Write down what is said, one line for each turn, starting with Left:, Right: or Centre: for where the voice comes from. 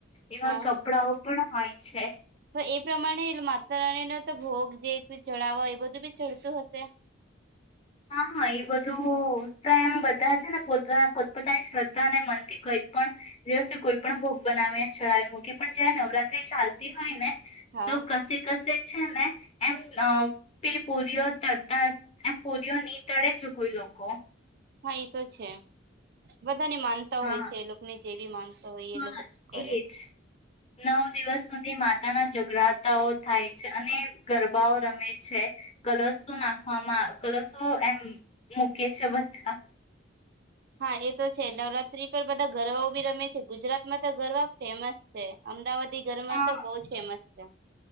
Left: એવા
Right: હા,
Left: કપડાઓ પણ હોય છે
Right: તો એ પ્રમાણે માતાણીને તો ભોગ જે ચડાવો એ બધું બી ચડતું હશે.
Left: હા હા એ બધું તો એમ બધા છે ને પો પોતપોતાની શ્રદ્ધા ને મ <unintelligible> પણ, કોઈ પણ ભોગ બનાવીને ચડાવી મૂકી પણ જયારે નવરાત્રી ચાલતી હોય ને.
Right: હા
Left: તો કસી કસે છે ને એમ <unintelligible> પુરીઓ તરતા પૂરયો નની તળે છે કોઈ લોકો.
Right: હા એતો છે. બધાને માનતા
Left: હા,
Right: હોય છે એ લોકોને જે બી માનતા હોય એ
Left: હા
Right: લોકો કરે
Left: એજ
Right: છે.
Left: નવ દિવસ સુધી માતાના જઘરાતાઓ થાય છે અને ગર બાવ રમે છે, કલરું નાખવામાં કલસો એમ મૂકી છે બધા.
Right: હા એ તો છે નવરાત્રી પર બધા ગરબઓ બી રમે છે ગુજરાતમાં તો ગરવા ફેમસ છે અમદાવાદ ગી ઘરમાં
Left: હા
Right: તો બહુ ફેમસ. અચ્ છે.